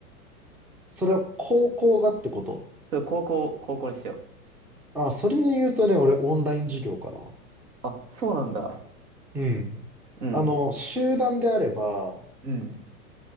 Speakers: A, in the centre; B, on the right (about 55°).
A: それは高校がってこと
B: それ高校、高校にしよ
A: あ、それで言うとね、俺オンライン授業かな。
B: う。あ、そうなんだ。
A: うん。
B: うん。
A: あの、集団であれば、
B: うん。